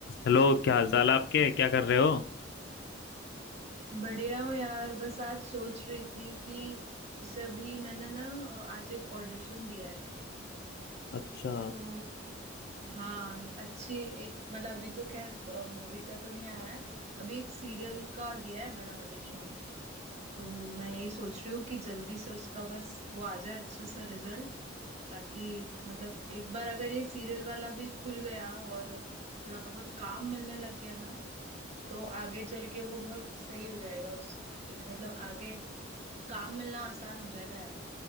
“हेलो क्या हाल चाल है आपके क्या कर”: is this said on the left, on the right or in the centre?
Left